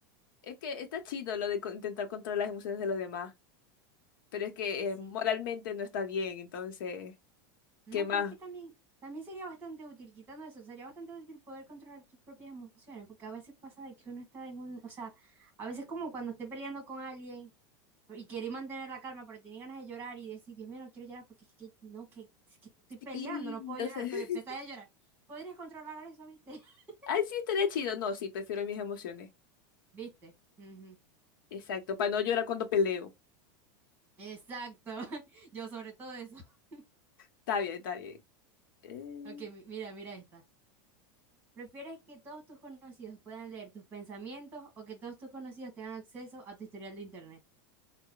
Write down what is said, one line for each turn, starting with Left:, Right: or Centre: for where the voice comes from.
Left: Es que está chido lo de co- intentar controlar las emociones de los demás, pero es que
Right: Y sí.
Left: eh, moralmente no está bien, entonces,
Right: No,
Left: ¿qué más?
Right: pero es que también, también sería bastante útil, quitando eso, sería bastante útil poder controlar tus propias emociones, porque a veces pasa de que uno está en un, o sea, a veces como cuando esté peleando con alguien y quería mantener la calma, pero tenía ganas de llorar y decir, Dios mío, no quiero llorar porque es que, no, que, es que estoy peleando,
Left: Sí,
Right: no puedo
Left: no
Right: llorar,
Left: sé. <laughs>
Right: pero empecé a llorar. ¿Podrías controlar eso, viste? <laughs>
Left: Ay, sí, estaría chido. No, sí, prefiero mis emociones.
Right: ¿Viste? Ujú.
Left: Exacto, para no llorar cuando peleo.
Right: Exacto, <laughs> yo sobre todo eso. <laughs>
Left: Está bien, está bien. Eh,
Right: Ok, mi- mira, mira esta. ¿Prefieres que todos tus conocidos puedan leer tus pensamientos o que todos tus conocidos tengan acceso a tu historial de internet?